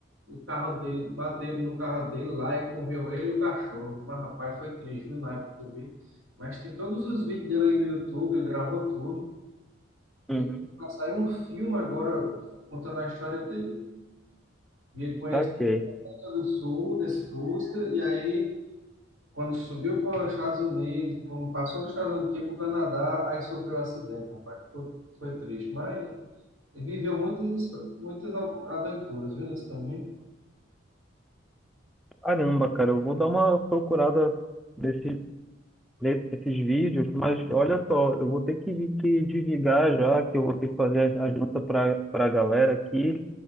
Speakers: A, on the right (about 80°); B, in the centre.
A: o carro dele, bateram no carro dele lá e morreu ele e o cachorro. Mas, rapaz, foi triste, viu? Na época que eu vi. Mas tem todos os vídeos dele aí no YouTube, ele gravou tudo. E
B: Hum,
A: vai sair um filme agora contando a história dele. E ele conheceu
B: saquei.
A: a do Sul, nesse Fusca, e aí. Quando subiu para os Estados Unidos, quando passou dos Estados Unidos para o Canadá, aí sofreu um acidente, rapaz. Foi, foi triste, mas ele viveu muitas, exp- muitas aventuras, viu, nesse caminho.
B: Caramba, cara, eu vou dar uma procurada nesse, nesses vídeos, mas olha só, eu vou ter que, que desligar já, que eu vou ter que fazer a a janta para a galera aqui.